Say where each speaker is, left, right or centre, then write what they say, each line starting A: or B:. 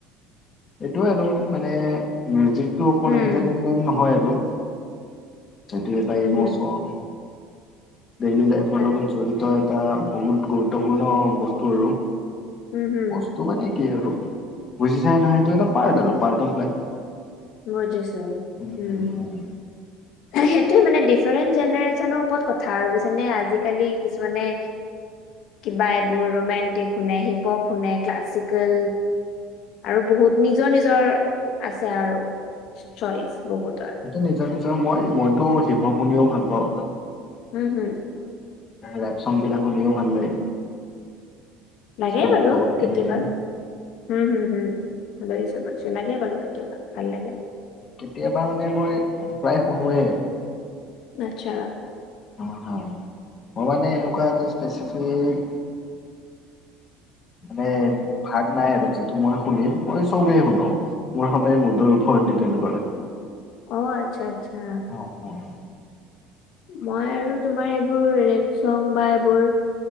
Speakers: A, on the left; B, on the left.
A: এইটো আৰু মিউজিকটো অকল
B: উম
A: এন্টাৰটেইনমেন্ট নহয় আৰু। সেইটো এটা
B: হম
A: ইমোচন।
B: হম
A: ডেইলী লাইফৰ
B: তাক
A: লগত জড়িত এটা বহুত গুৰুত্বপূৰ্ণ বস্তু আৰু।
B: উম হম
A: বস্তু মানে কি আৰু বুজিচাই নহয়। সেইটো এটা পাৰ্ট আৰু পাৰ্ট অফ লাইফ।
B: বুজিছোঁ,
A: সেইটো
B: উম। সেইটো মানে ডিফাৰেণ্ট জেনেৰেচনৰ ওপৰত কথা আৰু বুজিছা নে? আজিকালি কিছুমানে কিবা এইবোৰ ৰোমেণ্টিক শুনে, হিপপ শুনে, ক্লাছিকেল আৰু বহুত নিজৰ নিজৰ আছে আৰু চইচ বহুতৰ।
A: নিজৰ মই মইতো শিৱ বনিও ভাল পাওঁ।
B: উম হম
A: ৰেপ চংচ বিলাক শুনিও ভাল লাগে।
B: লাগে
A: শ্লোক
B: বাৰু
A: ডগ
B: কেতিয়াবা।
A: এমিনেম
B: হু-হু-হু। <unintelligible> লাগে বাৰু কেতিয়াবা ভাল লাগে।
A: কেতিয়াবা মানে মই প্ৰায় শুনোৱেই।
B: আচ্ছা।
A: অ, হয় মই মানে এনেকুৱা এটা স্পেচিফিক <inaudible> মানে ভাগ নাই আৰু যিটো মই শুনিম মই চবেই শুনো। মোৰ সদায় মুদৰ ওপৰত ডিপেণ্ড কৰে।
B: অহ আচ্ছা-আচ্ছা।
A: হয়
B: মই আৰু তোমাৰ এইবোৰ ৰেপ চং বা এইবোৰ